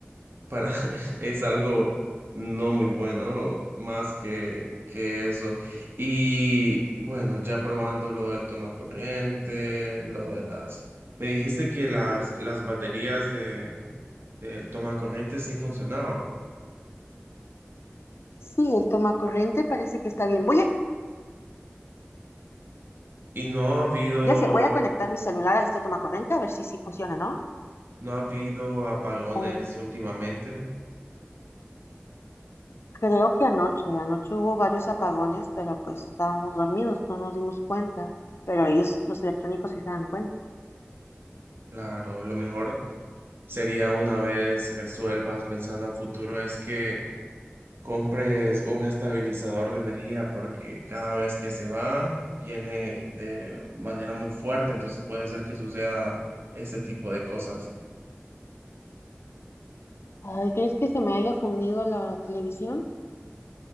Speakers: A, on the right; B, on the left.
A: para <laughs> es algo no muy bueno, más que, que eso. Y bueno, ya probando lo del toma corriente, lo de las... Me dijiste que las, las baterías de, del toma corriente sí funcionaban.
B: Sí, el toma corriente parece que está bien. Voy a,
A: Y no ha habido,
B: ya sé, voy a conectar mi celular a este toma corriente a ver si sí funciona,
A: no ha habido apagones
B: ¿no?
A: últimamente.
B: Creo que anoche, anoche hubo varios apagones, pero pues estábamos dormidos, no nos dimos cuenta. Pero ellos, los electrónicos, sí se dan cuenta.
A: Claro, lo mejor sería una vez resuelvas pensando a futuro es que compres un estabilizador de energía porque cada vez que se va viene de manera muy fuerte, entonces puede ser que suceda este tipo de cosas.
B: Ay, ¿crees que se me haya fundido la televisión?